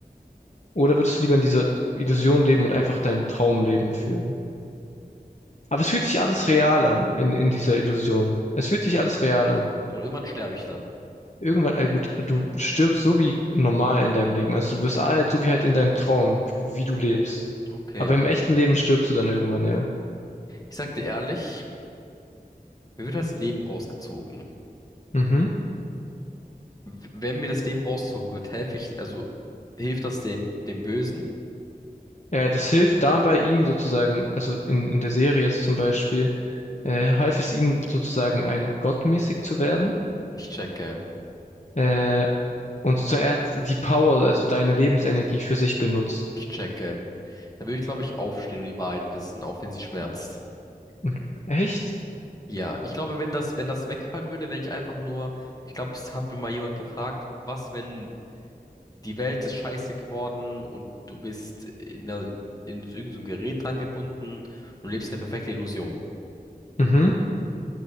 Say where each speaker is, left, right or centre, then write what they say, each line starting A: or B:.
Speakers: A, on the left; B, on the left.
A: Oder würdest du lieber in dieser Illusion leben und einfach dein Traumleben führen? Aber es fühlt sich alles real an in, in dieser Illusion. Es fühlt sich alles real an.
B: Und irgendwann sterbe ich dann.
A: Irgendwann, äh, gut, du stirbst so wie normal in deinem Leben. Also du wirst alt, so wie halt in deinem Traum, wie du lebst.
B: Okay.
A: Aber im echten Leben stirbst du dann irgendwann, ja.
B: Ich sag dir ehrlich, mir wird halt das Leben rausgezogen.
A: Mhm.
B: W- Wenn mir das Leben rausgezogen wird, helfe ich, also hilft das dem, dem Bösen?
A: Äh, das hilft dabei ihm sozusagen, also in, in der Serie jetzt zum Beispiel, äh, half es ihm sozusagen ein gottmäßig zu werden.
B: Ich checke.
A: Äh, und sozusagen er hat die Power, also deine Lebensenergie für sich benutzt.
B: Ich checke. Dann würde ich, glaube ich, aufstehen und die Wahrheit wissen, auch wenn sie schmerzt.
A: Und- Echt?
B: Ja, ich glaube, wenn das, wenn das wegfallen würde, wenn ich einfach nur, ich glaube, es hat mir mal jemand gefragt, was, wenn die Welt ist scheiße geworden und du bist in, der, in irgend so ein Gerät dran gebunden und lebst eine perfekte Illusion.
A: Mhm.